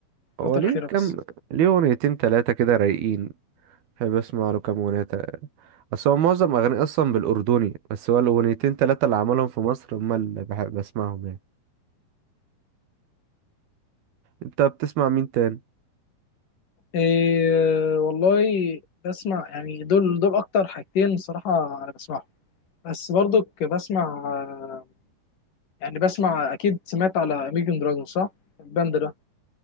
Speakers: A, on the right; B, on the left.
A: هو
B: الفتره
A: ليه
B: الاخيره بس
A: كام ليه أغنيتين تلاتة كده رايقين بحب أسمع له كام أغنية تا- أصل هو معظم أغانيه أصلا بالأردني بس هو الأغنيتين تلاتة اللي عملهم في مصر هما اللي بحب أسمعهم يعني أنت بتسمع مين تاني؟
B: إيه والله بسمع يعني دول دول اكتر حاجتين صراحه انا بسمعهم بس برضو بسمع آه، يعني بسمع اكيد سمعت على اميجن دراجون صح الباند ده